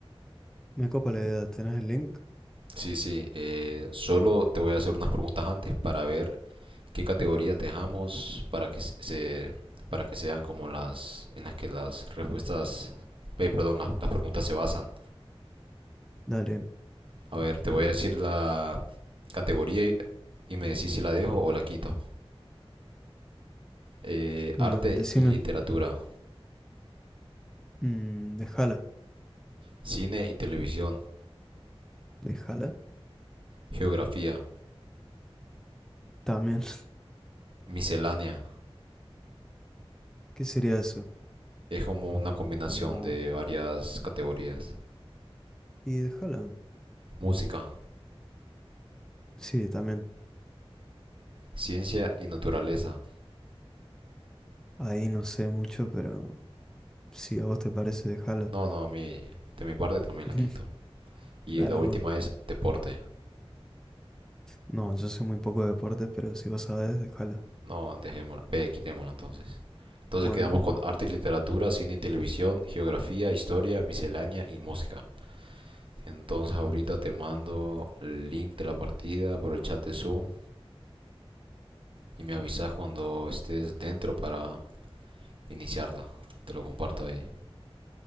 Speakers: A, in the centre; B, on the right.
A: Me copa la idea. ¿Tenés el link?
B: Sí, sí, eh, solo te voy a hacer unas preguntas antes para ver qué categoría te dejamos para que se para que sean como las en las que las respuestas, eh, perdón, las, las preguntas se basan.
A: Dale.
B: A ver, te voy a decir la categoría y y me decís si la dejo o la quito. eh,
A: Bueno,
B: arte
A: decime.
B: y literatura,
A: Mm, déjala.
B: cine y televisión,
A: ¿Déjala?
B: geografía,
A: También. <laughs>
B: miscelánea.
A: ¿Qué sería eso?
B: Es como una combinación
A: Como...
B: de varias categorías.
A: Y déjala.
B: Música,
A: Sí, también.
B: ciencia y naturaleza.
A: Ahí no sé mucho, pero si a vos te parece, déjala.
B: No, no, a mí, de mi parte también
A: <laughs>
B: la quito. Y
A: Dale,
B: la última
A: bueno.
B: es deporte.
A: No, yo sé muy poco de deportes, pero si vos sabés, déjala.
B: No, dejémosla, P, quitémosla entonces. Entonces
A: Bueno,
B: quedamos con arte y literatura, cine y televisión, geografía, historia, miscelánea y música. Entonces ahorita te mando el link de la partida por el chat de Zoom y me avisas cuando estés dentro para iniciarla. Te lo comparto ahí.